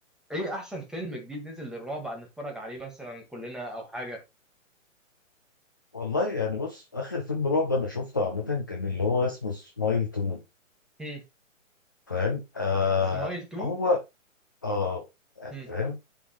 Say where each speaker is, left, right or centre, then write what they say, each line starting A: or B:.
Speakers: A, in the centre; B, on the left.
A: ايه احسن فيلم جديد نزل للرعب عن نتفرج عليه مثلا كلنا او حاجه
B: والله يعني بص اخر فيلم رعب انا شفته عامه كان اللي هو اسمه سمايل تو
A: هم.
B: فاهم آه
A: سمايل 2
B: هو اه يعني
A: هم.
B: فاهم